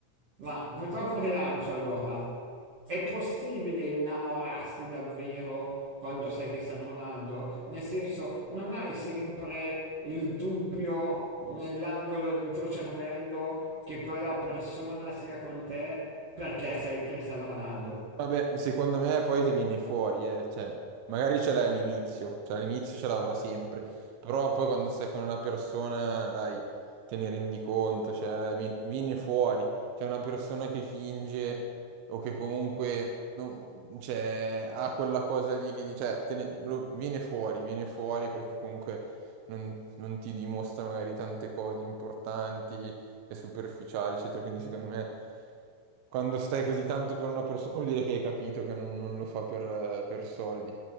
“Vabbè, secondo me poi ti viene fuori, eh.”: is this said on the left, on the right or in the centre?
Right